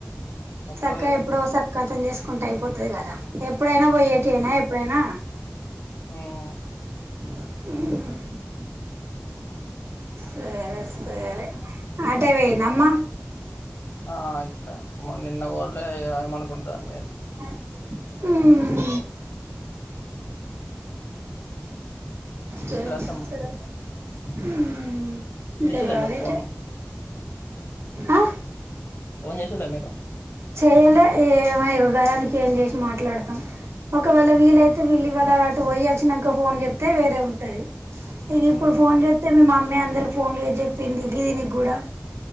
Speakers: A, on the left; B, on the right.
A: తప్పదిగా
B: చక్కగా ఎప్పుడో ఒకసారి కతం చేసుకుంటే అయిపోతది గదా ఎప్పుడైనా బోయేటీ
A: ఉమ్
B: యేనాయ్ ఎప్పుడైనా
A: ఉమ్
B: ఉమ్ సరే సరే అటేబోయిందా అమ్మా
A: ఆ ఇప్పుడే నిన్న బోలే ఏమనుకుంటారో
B: <inaudible> ఉమ్
A: చేసిల్లా
B: సరే
A: అత్తమ్మ
B: సరే ఉమ్ ఇంకా
A: చేసిల్లా
B: రాలేదే
A: మీరు ఫోన్
B: ఆ
A: ఫోన్ చేసిల్లా మీరు
B: చేయలే ఏమో ఇగ గయానికి ఏం జేసి మాట్లాడతాం ఒకవేళ వీలైతే వీళ్ళు ఇవాళ అటు బోయివచ్చినంక ఫోన్ జేత్తే వేరే ఉంటది ఇగ
A: ఉమ్
B: ఇప్పుడు ఫోన్ జేత్తే మీ మమ్మీ అందరికి ఫోన్లు జేసి జెప్పింది గీ దీనికి గూడా